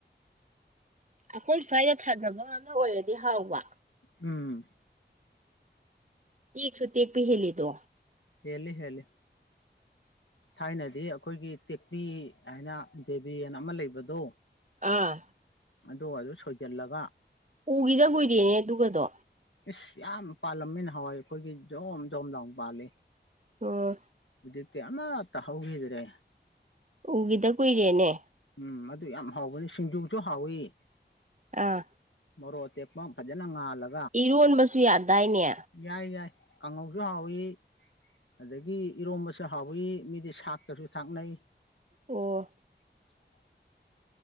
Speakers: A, on the right; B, on the left.
A: ꯑꯈꯣꯏ ꯁ꯭ꯋꯥꯏꯗ ꯊꯥꯖꯕ ꯉꯥꯛꯅ ꯑꯣꯏꯔꯗꯤ ꯍꯥꯎꯕ
B: ꯎꯝ
A: ꯇꯦꯛꯁꯨ ꯇꯦꯛꯄ ꯍꯦꯜꯂꯤꯗꯣ
B: ꯍꯦꯜꯂꯤ ꯍꯦꯜꯂꯤ ꯊꯥꯏꯅꯗꯤ ꯑꯈꯣꯏꯒꯤ ꯇꯦꯛꯄꯤ ꯍꯥꯏꯅ ꯗꯦꯕꯤ ꯑꯅ ꯑꯃ ꯂꯩꯕꯗꯣ
A: ꯑꯥ
B: ꯑꯗꯨꯒꯗꯨ ꯁꯣꯏꯖꯜꯂꯒ
A: ꯎꯒꯤꯗ ꯀꯨꯏꯔꯦꯅꯦ ꯑꯗꯨꯒꯗꯣ
B: ꯏꯁ ꯌꯥꯝ ꯄꯥꯜꯂꯝꯃꯤ ꯅꯍꯥꯋꯥꯏ ꯑꯈꯣꯏꯒꯤ ꯖꯣꯝ ꯖꯣꯝ ꯂꯥꯎꯅ ꯄꯥꯜꯂꯤ
A: ꯑꯣ
B: ꯖꯤꯛꯇꯤ ꯑꯃꯠꯇ ꯍꯧꯒꯤꯗ꯭ꯔꯦ
A: ꯎꯒꯤꯗ ꯀꯨꯏꯔꯦꯅꯦ
B: ꯎꯝ ꯃꯗꯨ ꯌꯥꯝ ꯍꯥꯎꯕꯅꯤ ꯁꯤꯡꯖꯨꯁꯨ ꯍꯥꯎꯋꯤ
A: ꯑꯥ
B: ꯃꯣꯔꯣꯛ ꯑꯇꯦꯛꯄꯝ ꯐꯖꯅ ꯉꯥꯜꯂ
A: ꯏꯔꯣꯟꯕꯁꯨ ꯌꯥꯗꯥꯏꯅꯦ
B: ꯌꯥꯏ ꯌꯥꯏ ꯀꯥꯡꯉꯧꯁꯨ ꯍꯥꯎꯋꯤ ꯑꯗꯒꯤ ꯏꯔꯣꯝꯕꯁꯨ ꯍꯥꯎꯋꯤ ꯃꯤꯗꯤ ꯁꯥꯛꯇꯁꯨ ꯊꯥꯛꯅꯩ
A: ꯑꯣ
B: <inaudible>